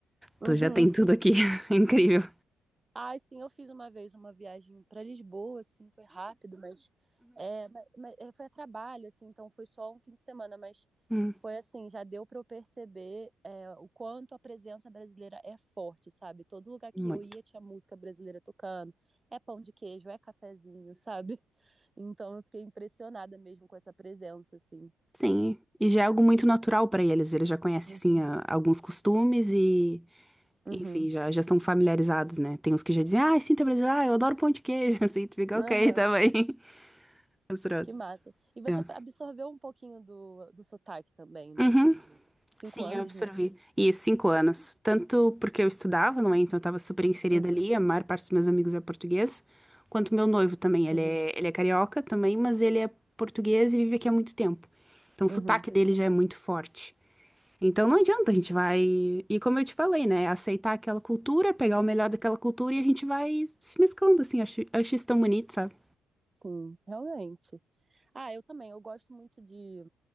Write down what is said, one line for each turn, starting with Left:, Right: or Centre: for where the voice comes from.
Right: Uhum.
Centre: Tu já tem tudo aqui, <laughs> é incrível.
Right: Ai, sim, eu fiz uma vez uma viagem para Lisboa, assim, foi rápido, mas, é, ma- ma- é, foi a trabalho, assim, então foi só um fim de semana, mas
Centre: Hum,
Right: foi assim, já deu para eu perceber é, o quanto a presença brasileira é forte, sabe? Todo lugar que
Centre: muito.
Right: eu ia tinha música brasileira tocando, é pão de queijo, é cafezinho, sabe? <laughs> Então eu fiquei impressionada mesmo com essa presença, assim.
Centre: Sim, e já é algo muito natural para eles. Eles já conhecem,
Right: Uhum,
Centre: assim, a- alguns costumes e,
Right: uhum,
Centre: enfim, já, já estão familiarizados, né? Tem uns que já dizem, ah, sinto brasileiro, ah, eu adoro pão de queijo. <laughs> Assim, tu fica,
Right: aham,
Centre: ok, tá bem. <laughs> Misturado.
Right: que massa. E você
Centre: É.
Right: absorveu um pouquinho do, do sotaque também, né?
Centre: Uhum.
Right: Pelo jeito. Cinco
Centre: Sim,
Right: anos,
Centre: eu absorvi.
Right: né?
Centre: E cinco anos. Tanto porque eu estudava, não é? Então eu estava super inserida
Right: Uhum,
Centre: ali, a maior parte dos meus amigos é português, quanto meu noivo também. Ele
Right: uhum,
Centre: é, ele é carioca também, mas ele é português e vive aqui há muito tempo. Então
Right: uhum.
Centre: o sotaque dele já é muito forte. Então não adianta, a gente vai. E como eu te falei, né? Aceitar aquela cultura, pegar o melhor daquela cultura e a gente vai se mesclando, assim. Eu acho, eu acho isso tão bonito, sabe?
Right: Sim, realmente. Ah, eu também, eu gosto muito de,